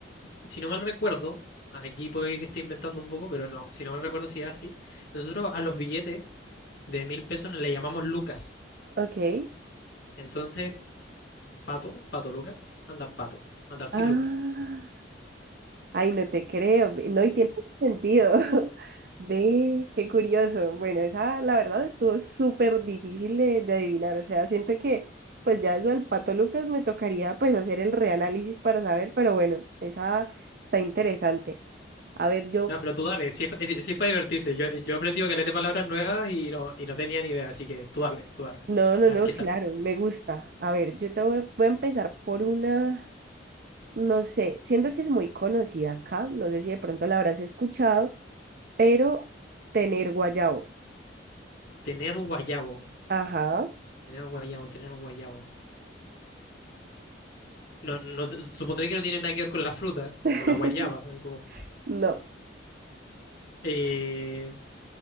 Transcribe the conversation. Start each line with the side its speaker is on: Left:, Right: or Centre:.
Left: si no mal recuerdo, aquí puede que esté inventando un poco, pero no, si no mal recuerdo si es así, nosotros a los billetes de mil pesos le llamamos lucas.
Right: Ok.
Left: Entonces, pato, pato Lucas, andar pato, andar sin
Right: Ah.
Left: Lucas.
Right: Ay, no te creo, ve- no, y tiene mucho sentido. <laughs> Ve, qué curioso. Bueno, esa la verdad estuvo súper difícil de, de adivinar. O sea, siento que pues ya eso del Pato Lucas me tocaría pues hacer el reanálisis para saber, pero bueno, esa está interesante. A ver, yo,
Left: No, pero tú dale, si es, eh, si es para divertirse. Yo, yo he aprendido que de palabras nuevas y no, y no tenía ni idea, así que tú dale, tú dale.
Right: no, no,
Left: A
Right: no,
Left: ver qué sale.
Right: claro, me gusta. A ver, yo te voy, voy a empezar por una, no sé, siento que es muy conocida acá, no sé si de pronto la habrás escuchado, pero tener guayabo.
Left: Tener guayabo,
Right: Ajá.
Left: tener guayabo, tener guayabo. No, no, supondré que no tiene nada que ver con la fruta,
Right: <laughs>
Left: como la guayaba. eh, como-
Right: No,
Left: Eh,